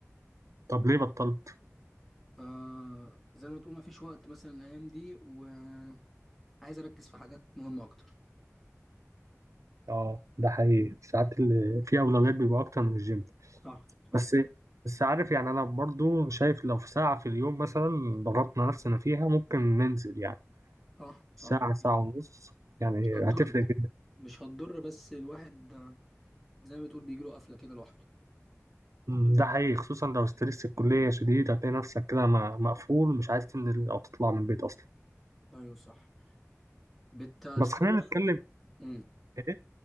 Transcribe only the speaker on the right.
طب ليه بطلت
اه ده حقيقي ساعات اللي في اولويات بيبقى اكتر من الجيم
بس بس عارف يعني انا برضو شايف لو في ساعه في اليوم مثلا ضغطنا نفسنا فيها ممكن ننزل يعني
ساعة ساعة ونص يعني
هتفرق جدا
مم، ده حقيقي خصوصا لو ستريس الكلية شديد هتلاقي نفسك كده م- مقفول مش عايز تنزل أو تطلع من البيت أصلا
بس خلينا نتكلم
إيه،